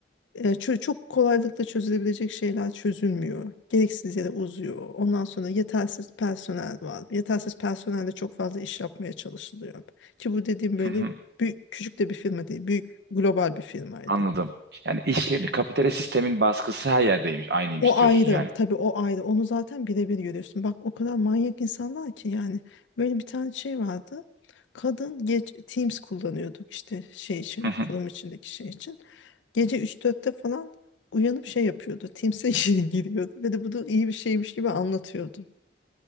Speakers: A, on the left; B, on the right.
A: e, çö- çok kolaylıkla çözülebilecek şeyler çözülmüyor. Gereksiz yere uzuyor. Ondan sonra yetersiz personel var. Yetersiz personelle çok fazla iş yapmaya çalışılıyor. Ki bu dediğim
B: Hı
A: böyle
B: hı,
A: büyük, küçük de bir firma değil. Büyük global bir firmaydı.
B: Anladım. Yani iş yerinde kapitalist sistemin baskısı her yerdeymiş, aynıymış
A: O
B: diyorsun
A: ayrı
B: yani.
A: tabii o ayrı onu zaten birebir görüyorsun. Bak o kadar manyak insanlar ki yani böyle bir tane şey vardı. Kadın geç Teams kullanıyorduk işte şey için
B: Hı hı,
A: kurum içindeki şey için. Gece üç dörtte falan uyanıp şey yapıyordu. Teams'e <laughs> gir- giriyordu ve de bu da iyi bir şeymiş gibi anlatıyordu.